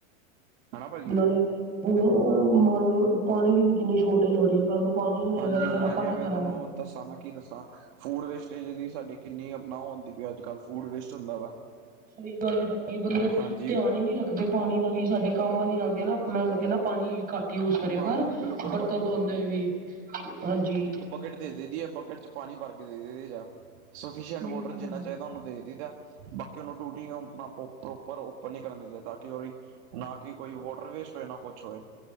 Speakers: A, on the right (about 50°); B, on the right (about 20°).
A: ਹਨਾ ਭਾਜੀ
B: ਨੇ ਹੁਣ ਉਹ ਮੰਨ ਲਉ, ਪਾਣੀ ਦੀ ਵੀ ਕਿੰਨੀ ਸ਼ੋਰਟੇਜ ਹੋ ਰਹੀ ਏ। ਸਾਨੂੰ ਪਾਣੀ ਨੀ
A: ਹਾਂਜੀ
B: ਹੈਏਗਾ ਤੇ
A: ਹੁਣ
B: ਫੇਰ ਆਪਾਂ
A: ਜਿਵੇਂ
B: ਕੀ ਕਰਾਂਗੇ।
A: ਤੁਹਾਨੂੰ ਦੱਸਾਂ ਮੈਂ ਕੀ ਦੱਸਾਂ ਫੂਡ ਵੇਸਟੇਜ ਦੀ ਸਾਡੀ ਕਿੰਨੀ ਅਪਣਾਓ ਹੁੰਦੀ ਵੀ ਅੱਜ-ਕੱਲ੍ਹ ਫੂਡ ਵੇਸਟ ਹੁੰਦਾ ਵਾ।
B: ਸਹੀ ਗੱਲ <unintelligible> ਬੰਦੇ
A: ਹਾਂਜੀ
B: ਧਿਆਨ ਈ ਨਹੀਂ ਰੱਖ ਦੇ ਪਾਣੀ ਦਾ ਵੀ ਸਾਡੇ ਕੰਮ ਵਾਲੀ ਆਉਂਦੀ ਆ ਨਾ, ਮੈਂ ਉਹਨੂੰ ਕਹਿੰਦਾ ਪਾਣੀ ਘੱਟ ਯੂਜ ਕਰਿਆ
A: ਹਾਂਜੀ
B: ਕਰ
A: ਬਿਲਕੁਲ
B: ਬਰਤਨ
A: ਬਿਲਕੁਲ
B: ਧੋਦੇ ਹੋ ਵੀ, ਹਾਂਜੀ
A: ਕਿੱਟ ਦੇ ਦਈ ਦੀ ਐ, ਬਕਟ ਚ ਪਾਣੀ ਭਰ ਕੇ ਦੇ- ਦੇ ਦਈ ਸਫੀਸ਼ਟ
B: ਸਹੀ
A: ਵੋਟਰ
B: ਗੱਲ
A: ਜਿੰਨਾ
B: ਹੈ ਭਾਜੀ
A: ਚਾਹੀਦਾ ਉਹਨੂੰ ਦੇ ਦੇਈ ਦਾ। ਬਾਕੀ ਉਹਨੂੰ ਟੂਟੀ ਆਪਣਾ ਪ੍ਰੋਪਰ ਓਪਰ ਨੀ ਕਰਨ ਦਿੰਦੇ ਤਾਂ ਕਿ ਉਹ ਦੀ ਨਾ ਕਿ ਕੋਈ ਵੋਟਰ ਵੇਸਟ ਹੋਏ ਨਾ ਕੁਛ ਹੋਏ।